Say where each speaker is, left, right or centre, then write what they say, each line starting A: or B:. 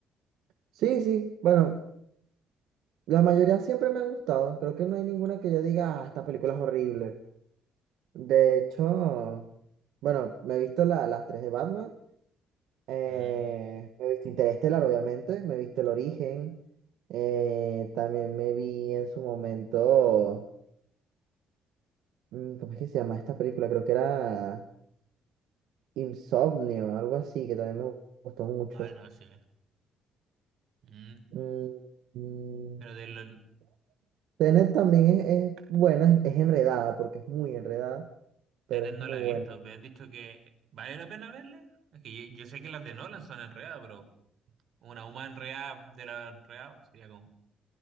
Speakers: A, on the right (about 85°); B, on the right (about 60°).
A: Sí, sí, bueno, la mayoría siempre me ha gustado, creo que no hay ninguna que yo diga, ah, esta película es horrible. De hecho, bueno, me he visto la- las tres de Batman, eh,
B: Mm,
A: me he visto Interestelar, obviamente, me he visto El Origen, eh, también me vi en su momento... mm, ¿Cómo es que se llama esta película? Creo que era Insomnio, algo así, que también me gustó mucho.
B: Ay, no sé. Mm,
A: Mm, mm,
B: Pero de lo-
A: Tenet también es, es buena, es, es enredada, porque es muy enredada,
B: Tenet
A: pero es
B: no
A: muy
B: la he
A: buena.
B: visto. Me han dicho que vale la pena verla. Es que yo, yo sé que las de Nolan son enredadas, pero una humana enredada de la enredada pues, sería como...